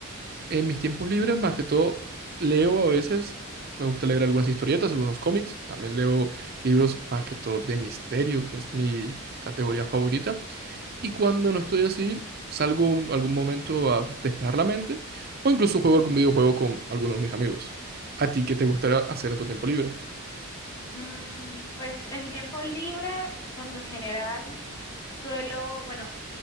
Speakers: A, on the right; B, on the left.
A: En mis tiempos libres, más que todo, leo a veces. Me gusta leer algunas historietas, algunos cómics. También leo libros más que todo de misterio, que es mi categoría favorita. Y cuando no estoy así, salgo un- algún momento a despejar la mente o incluso juego algún videojuego con algunos de mis amigos. ¿A ti qué te gustaría hacer en tu tiempo libre?
B: Mm, pues en mi tiempo libre, por lo general, suelo, bueno,